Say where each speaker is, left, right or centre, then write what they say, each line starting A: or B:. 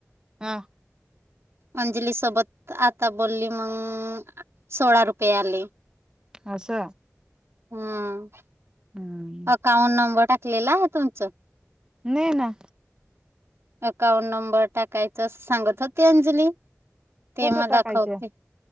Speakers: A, on the right; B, on the right.
A: हा.
B: अंजली सोबत आता बोली मग सोळा रुपये आले.
A: असं.
B: हा.
A: हम्म
B: अकाउंट नंबर टाकलेला तुमचं?
A: नाही ना
B: अकाउंट नंबर टाकायचं सांगत होती अंजली. ते
A: कुठं
B: मग
A: टाकायचं
B: दाखवते